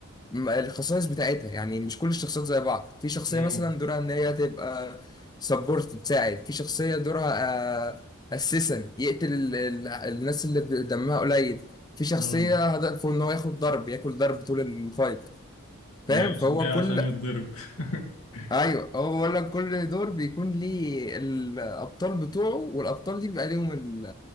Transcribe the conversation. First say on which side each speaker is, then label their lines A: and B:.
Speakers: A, on the left; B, on the left.
A: م- الخصائص بتاعتها يعني مش كل الشخصيات زي بعض في شخصية
B: امم
A: مثلا دورها ان هي تبقى سبورت تساعد في شخصية دورها اسيسن يقتل ال ال الناس اللي ب- دمها قليل في شخصية
B: امم
A: هدفه ان هو ياخد ضرب ياكل ضرب طول الفايت
B: جاي
A: فاهم
B: عشان
A: فهو
B: جاي عشان
A: كل
B: يتضرب <laughs>
A: ايوه هو بقول لك كل دور بيكون ليه الابطال بتوعه والابطال دي بيبقى ليهم ال-